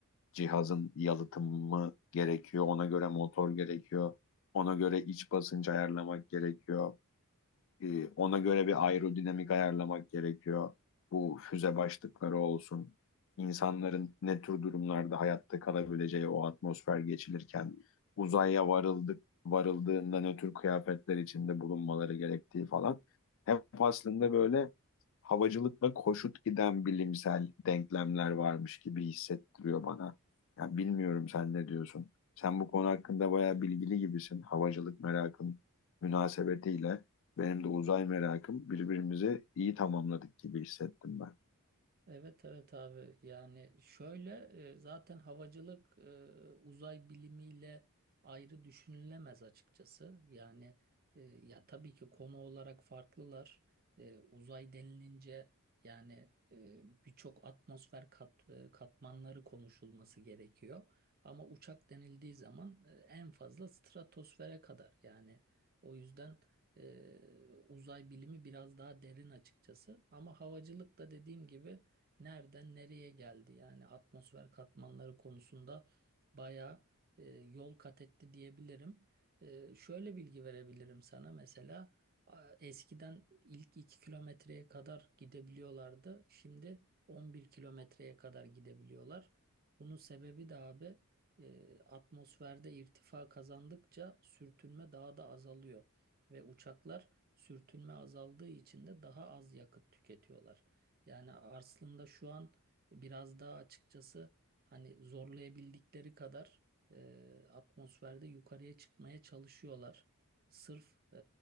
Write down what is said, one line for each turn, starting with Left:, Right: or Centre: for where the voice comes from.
Left: cihazın yalıtımı gerekiyor. Ona göre motor gerekiyor. Ona göre iç basıncı ayarlamak gerekiyor. Ee, Ona göre bir aerodinamik ayarlamak gerekiyor. Bu füze başlıkları olsun. İnsanların ne tür durumlarda hayatta kalabileceği o atmosfer geçilirken uzaya varıldık varıldığında ne tür kıyafetler içinde bulunmaları gerektiği falan. Hep aslında böyle havacılıkla koşut giden bilimsel denklemler varmış gibi hissettiriyor bana. Yani bilmiyorum sen ne diyorsun? Sen bu konu hakkında bayağı bilgili gibisin. Havacılık merakın münasebetiyle benim de uzay merakım birbirimizi iyi tamamladık gibi hissettim ben.
Right: Evet evet abi yani şöyle e, zaten havacılık e, uzay bilimiyle ayrı düşünülemez açıkçası. Yani e, ya tabii ki konu olarak farklılar. E, uzay denilince yani e, birçok atmosfer kat, e, katmanları konuşulması gerekiyor. Ama uçak denildiği zaman e, en fazla stratosfere kadar yani o yüzden e, uzay bilimi biraz daha derin açıkçası. Ama havacılık da dediğim gibi nereden nereye geldi? Yani atmosfer katmanları konusunda bayağı e, yol kat etti diyebilirim. E, şöyle bilgi verebilirim sana mesela a- eskiden ilk 2 kilometreye kadar gidebiliyorlardı. Şimdi 11 kilometreye kadar gidebiliyorlar. Bunun sebebi de abi e, atmosferde irtifa kazandıkça sürtünme daha da azalıyor ve uçaklar sürtünme azaldığı için de daha az yakıt tüketiyorlar. Yani aslında şu an biraz daha açıkçası hani zorlayabildikleri kadar e, atmosferde yukarıya çıkmaya çalışıyorlar. Sırf e,